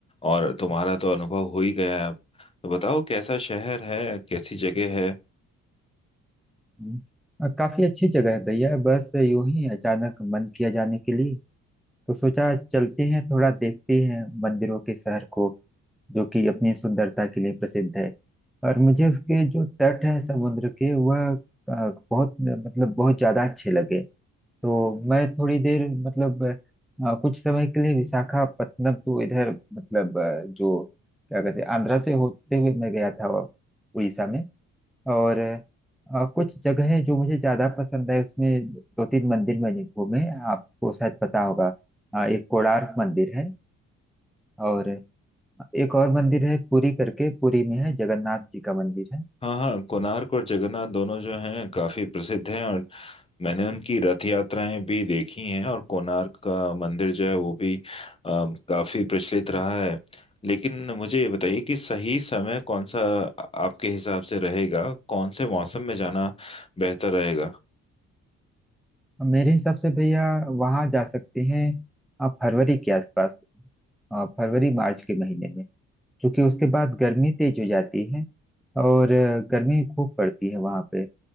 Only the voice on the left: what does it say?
और तुम्हारा तो अनुभव हो ही गया है अब तो बताओ कैसा शहर है कैसी जगह है
हाँ हाँ कोणार्क और जगन्नाथ दोनों जो हैं काफी प्रसिद्ध हैं और मैंने उनकी रथ यात्राएं भी देखी हैं और कोणार्क का मंदिर जो है वो भी अम, काफी प्रचलित रहा है लेकिन मुझे ये बताइए कि सही समय कौन सा आपके हिसाब से रहेगा कौन से मौसम में जाना बेहतर रहेगा